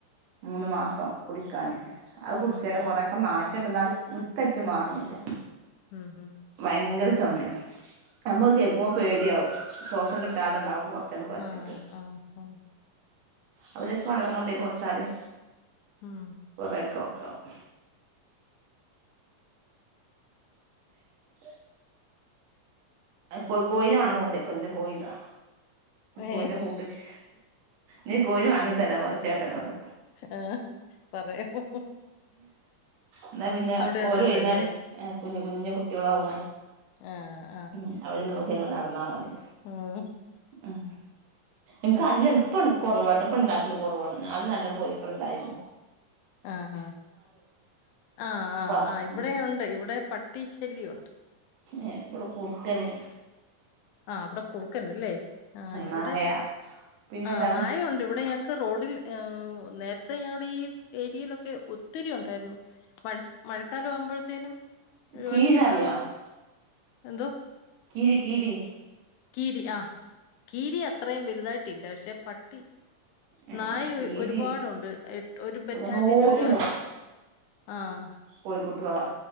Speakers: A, on the right; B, on the left.
A: മൂന്ന് മാസം
B: ഉം
A: കുടിക്കാൻ അത് കുടിച്ചാ
B: ഉം ഉം
A: രെ കുറെ ക്കെ മാറ്റ റ്റണ്ട് എന്നാലും വിത്തറ്റ് മാറണില്ല
B: ഉം ഉം
A: ഭയങ്കര ചൂ ചോമാണ് നമ്മക്ക് കേൾക്കുമ്പോൾ പേടിയാവും സോസം കിട്ടാതണ്ടാവമ്പോ ച്ചാണ്ട് കൊരച്ചിട്ട്
B: ആഹ് ആഹ് ആഹ്
A: അവരേസം വള്ളം കൊണ്ട് കൊടുത്താ ല്
B: ഉം
A: കൊറേ ക്കോ വും ക്കവും <unintelligible> അധ് കോഴി കോഴിനെ വേണങ്കി കൊണ്ടായ്ക്കോ കോയിതാ
B: ഏ
A: കോയിനെ കൂട്ട്ക്ക്‌ നീ കോയിനെ വാങ്ങി തരാൻ പറി ചേട്ടനോട്
B: ആഹ് പറയാമോ
A: എന്നാ പിന്നെ
B: അവിടെ ഉണ്ടല്ലോ
A: ഓര് വൈന്നാരം
B: അല്ലേ
A: കുഞ്ഞ് കുഞ്ഞ് കു ട്ടോളാവുമ്പോ
B: ആ
A: ഉം അവര് നോക്കിയങ്ങ് നടന്നാ മതി
B: ഉം
A: ഉം ഇൻക്ക് അല്ലഎൽപ്പാണ്ട് കുറവാ ട്ട്ടോപ്പ ണ്ടാക്കല് കുറവാണ് അത് നല്ല കോഴക്കള് ഇണ്ടായിരുന്നു
B: ആഹ ആഹ ആ ആ
A: പ
B: ആ ഇവിടെ
A: ഉം
B: ഉണ്ട് ഇവിടെ പ ട്ടീ ശല്യമുണ്ട്
A: ഏ ഇവിടെ കുറക്കന്
B: ആ അവിടെ കുറുക്കണ്ടല്ലേ ആ് ഇവിടെ
A: നായ പിന്നെന്താണ്
B: ആഹ് നായുണ്ട് ഇവിടെ ഞങ്ങക്ക് റോഡിൽ ഏ നേരത്തെ ഞങ്ങടെ ഈ ഏരിയയിലൊക്കെ ഒത്തിരി ഉണ്ടായിരുന്നു മഴ മഴക്കാലം ആവുമ്പോഴത്തേനും ഒരു
A: കീരിന
B: അഞ്ചെട്ടെണ്ണം
A: അറിയാ
B: എന്തോ
A: കീരി കീരി
B: കീരി ആഹ കീരി അത്രയും വലുതായിട്ടില്ല പക്ഷെ പട്ടി
A: ഏ
B: നായ
A: കീരി
B: ഒരുപാടുണ്ട് ഒരു ബറ്റാലിയൻ
A: നോക്കി
B: ഒരു ആഹ
A: കോഴിക്കുട്ടകളെ